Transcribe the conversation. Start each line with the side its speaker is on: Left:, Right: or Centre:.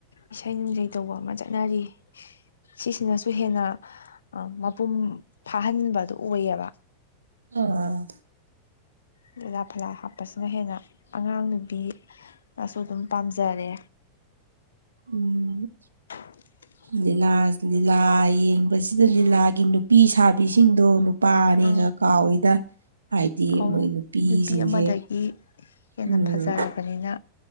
Left: ꯏꯁꯩ ꯅꯨꯡꯖꯩ ꯇꯧꯕ ꯑꯃ ꯆꯠꯅꯔꯤ ꯁꯤꯁꯤꯅꯁꯨ ꯍꯦꯟꯅ ꯃꯄꯨꯝ ꯐꯥꯍꯟꯕꯗꯣ ꯑꯣꯏꯌꯦꯕ
Right: ꯑ
Left: ꯂꯤꯂꯥ ꯐꯂꯥ ꯍꯥꯞꯄꯁꯤꯅ ꯍꯦꯟꯅ ꯑꯉꯥꯡ ꯅꯨꯨꯕꯤꯅꯁꯨ ꯑꯗꯨꯝ ꯄꯥꯝꯖꯔꯦ
Right: ꯎꯝ
Left: <inaudible>
Right: ꯂꯤꯂꯥ ꯂꯤꯂꯥ ꯌꯦꯡꯕꯁꯤꯗ ꯂꯤꯂꯥꯒꯤ ꯅꯨꯄꯤ ꯁꯥꯕꯤꯁꯤꯡꯗꯣ ꯅꯨꯄꯥꯅꯦꯒ
Left: ꯑꯥ
Right: ꯀꯥꯎꯋꯤꯗ ꯍꯥꯏꯗꯤ
Left: ꯑꯧ
Right: ꯃꯣꯏ ꯅꯨꯄꯤꯖꯤꯡꯖꯦ
Left: ꯅꯨꯄꯤ ꯑꯃꯗꯒꯤ ꯍꯦꯟꯅ
Right: ꯎꯝ
Left: ꯐꯖꯔꯕꯅꯤꯅ